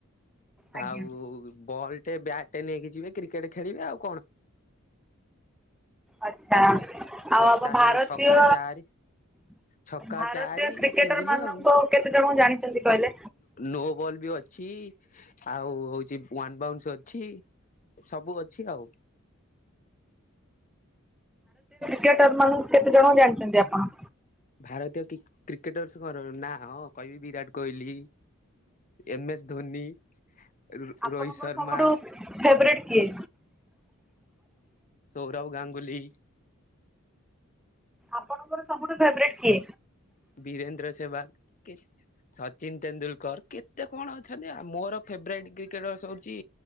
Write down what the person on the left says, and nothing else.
ଆଉ-ଉ ବଲ୍ ଗୋଟେ ବ୍ୟାଟ୍ ନେଇକି ଯିବେ କ୍ରିକେଟ ଖେଳିବେ ଆଉ କଣ
ଛ
ତା
ଦେହରେ ଛକା ଚାରି ଛକା
ଚାରି
ସିଙ୍ଗିଲ
ଆଉ
ନୋ ବଲ ବି ଅଛି। <inaudible> ଆଉ ହଉଛି ୱାନ୍ ବାଉନ୍ସ ଅଛି ସବୁ ଅଛି ଆଉ <inaudible>
ଭାରତୀୟ କ୍ରିକେ କ୍ରିକେଟର୍ସଙ୍କର ନାଁ ହଁ କହିବି ବିରାଟ କୋହିଲି ଏମ ଏସ୍ ଧୋନି, ରୋ
ରୋହିତ ଶର୍ମା
ସୌରଭ ଗାଙ୍ଗୁଲି
ବୀରେନ୍ଦ୍ର ସେହବାଗ୍। ସଚିନ ତେନ୍ଦୁଲକର୍, କେତେ କଣ ଅଛନ୍ତି ଆ ମୋର ଫେବରାଇଟ୍ କ୍ରିକେଟର୍ସ ହଉଛି